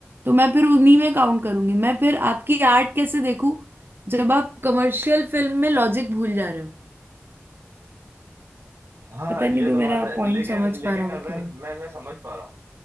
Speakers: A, on the right (about 50°); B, on the right (about 90°).
A: तो मैं फिर उन्हीं में काउंट करूंगी मैं फिर आपकी आर्ट कैसे देखूं जब आप कमर्शियल फिल्म में लॉजिक भूल जा रहे हो
B: हाँ
A: पता
B: ये
A: नहीं तू
B: तो
A: मेरा
B: बात है
A: पॉइंट
B: लेकिन
A: समझ पा
B: लेकिन
A: रहा होगा
B: अगर
A: कि नहीं
B: मैं मैं समझ पा रहा हूँ